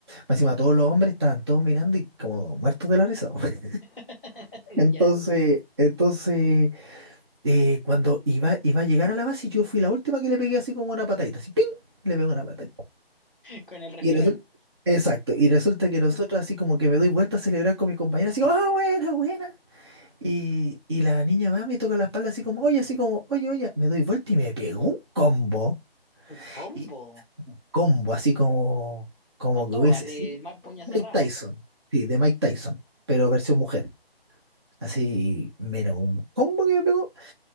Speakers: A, on the right (about 25°); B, in the centre.
A: más encima todos los hombres estaban todos mirando y como muertos de la risa. <laughs>
B: <laughs>
A: Entonces,
B: Ya,
A: entonces, eh, cuando iba, iba a llegar a la base, yo fui la última que le pegué así como una patadita, así, ¡ping! Le pegó una patadita.
B: con el refilón.
A: Y resulta, exacto, y resulta que nosotros así como que me doy vuelta a celebrar con mis compañeros, así como, ¡ah, buena, buena! Y, y la niña va, me toca la espalda así como, oye, así como, oye, oye, me doy vuelta y me pegó un combo.
B: Un combo.
A: Y combo, así como, como
B: Con
A: que
B: todo,
A: hubiese
B: así,
A: sido
B: ma- puño cerrado.
A: Mike Tyson. Sí, de Mike Tyson, pero versión mujer. Así, mira, un combo que me pegó.